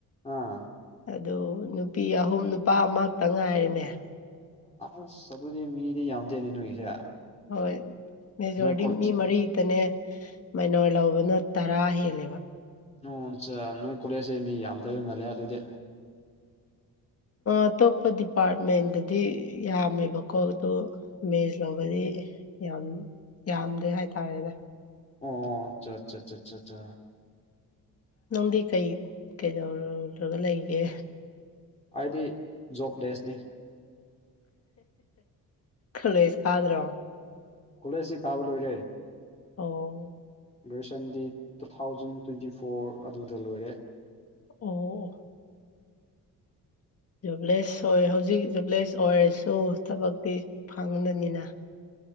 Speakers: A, on the left; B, on the left.
A: ꯑꯥ
B: ꯑꯗꯨ ꯅꯨꯄꯤ ꯑꯍꯨꯝ ꯅꯨꯄꯥ ꯑꯃꯛꯇ ꯉꯥꯏꯔꯦꯅꯦ
A: ꯑ꯭ꯁ ꯑꯗꯨꯗꯤ ꯃꯤꯗꯤ ꯌꯥꯝ ꯗꯦꯅꯦ ꯅꯣꯏꯒꯤꯁꯦ
B: ꯍꯣꯏ ꯃꯦꯖꯣꯔꯗꯤ
A: ꯅꯣꯏ ꯀꯣꯂꯦꯖ
B: ꯃꯤ ꯃꯔꯤꯇꯅꯦ ꯃꯅꯣꯔ <unintelligible> ꯂꯧꯕꯅ ꯇꯔꯥ ꯍꯦꯜꯂꯦꯕ
A: ꯅ <unintelligible> ꯅꯣꯏ ꯀꯣꯂꯦꯖꯁꯦ ꯃꯤ ꯌꯥꯝ ꯊꯣꯏꯕꯝꯅꯜꯂꯦ <unintelligible> ꯑꯗꯨꯗꯤ
B: ꯑꯇꯣꯞꯄ ꯗꯤꯄꯥꯔꯠꯃꯦꯟꯗꯗꯤ ꯌꯥꯝꯃꯦꯕꯀꯣ ꯑꯗꯣ ꯃꯦꯁ ꯂꯧꯕꯗꯤ ꯌꯥꯝ ꯌꯥꯝꯗꯦ ꯍꯥꯏꯇꯥꯔꯦꯗ
A: ꯑꯣ ꯑꯆꯥ ꯆ ꯆ ꯆ ꯆ
B: ꯅꯪꯗꯤ ꯀꯩ ꯀꯩꯗꯧꯔꯨꯔ <unintelligible> ꯒ ꯂꯩꯒꯦ
A: ꯑꯩꯗꯤ ꯖꯣꯕꯂꯦꯁꯅꯤ
B: ꯈꯣꯂꯦꯁ ꯀꯥꯗ꯭ꯔꯣ
A: ꯀꯣꯂꯦꯖꯇꯤ ꯀꯥꯕ ꯂꯣꯏꯔꯦ
B: ꯑꯧ
A: ꯒ꯭ꯔꯦꯖꯨꯌꯦꯁꯟꯗꯤ ꯇꯨ ꯊꯥꯎꯖꯟ ꯇ꯭ꯋꯦꯟꯇꯤ ꯐꯣꯔ ꯑꯗꯨꯗ ꯂꯣꯏꯔꯦ
B: ꯑꯣ ꯖꯨꯕꯂꯦꯁ ꯑꯣꯏ ꯍꯧꯖꯤꯛ ꯖꯣꯕꯂꯦꯁ ꯑꯣꯏꯔꯁꯨ ꯊꯕꯛꯇꯤ ꯐꯪꯗꯅꯤꯅ